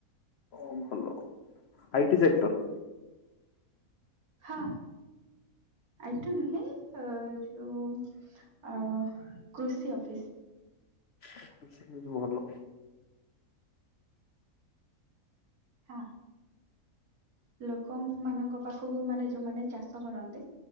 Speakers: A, on the left; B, on the right.
A: ଓ ଭଲୋ ଆଇ ଟି ସେକ୍ଟର୍?
B: ହଁ। ଆଇ ଟି ନୁହେଁ ଅ ଯୋଉ ଅ କୃଷି ଅଫିସ୍।
A: ଏ କୃଷି କିନ୍ତୁ ଭଲ।
B: ହଁ। ଲୋକମାନଙ୍କ ପାଖକୁ ମାନେ ଯୋଉମାନେ ଚାଷ କରନ୍ତି